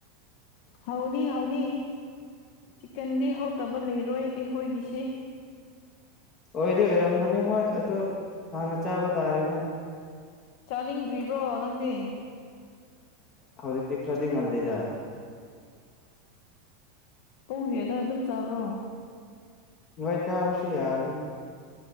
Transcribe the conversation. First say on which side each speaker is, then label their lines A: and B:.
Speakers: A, on the left (about 65°); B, on the left (about 40°).
A: ꯍꯧꯥꯎꯅꯤ ꯍꯥꯎꯅꯤ ꯆꯤꯛꯀꯟꯗꯤ ꯍꯧꯠꯇꯕ ꯂꯩꯔꯣꯏ ꯑꯩꯈꯣꯏꯒꯤꯁꯤ
B: ꯑꯣꯏꯗꯤ ꯑꯣꯏꯔꯝꯒꯅꯤ ꯍꯣꯏ ꯑꯗꯣ ꯍꯥꯟꯅ ꯆꯥꯕ ꯇꯥꯔꯦꯅ
A: ꯆꯥꯅꯤꯡꯗ꯭ꯔꯤꯕ꯭ꯔꯣ ꯅꯪꯗꯤ
B: ꯍꯛꯇ ꯈꯔꯗꯤ ꯉꯜ ꯂꯩꯗ
A: ꯄꯨꯡꯁꯦꯗ ꯑꯗꯨꯝ ꯆꯥꯕ꯭ꯔꯣ
B: ꯍꯣꯏ ꯇ ꯑꯕꯁꯤ ꯌꯥꯕ